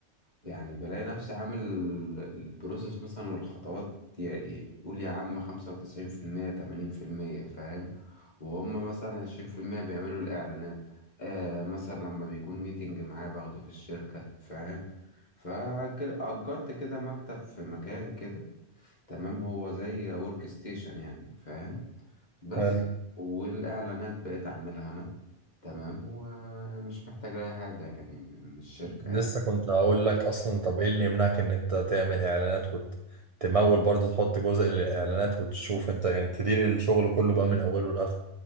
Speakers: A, on the left; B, on the right.
A: يعني بلاقي نفسي عامل البروسيس مثلا والخطوات يا إيه قول يا عم خمسة وتسعين في المية تمانين في المية فاهم وهم مثلا عشرين في المية بيعملوا الإعلانات آه مثلا لما بيكون ميتنج معايا باخده في الشركة فاهم فأجرت كده مكتب في مكان كده تمام هو زي ورك ستيشن يعني فاهم بس
B: حلو
A: والإعلانات بقيت أعملها أنا تمام ومش محتاج أي حاجة يعني من الشركة
B: لسه كنت هقول لك اصلا طب ايه اللي يمنعك ان انت تعمل اعلانات وتمول برضه تحط جزء للاعلانات وتشوف انت يعني تدير الشغل كله بقى من اوله لاخره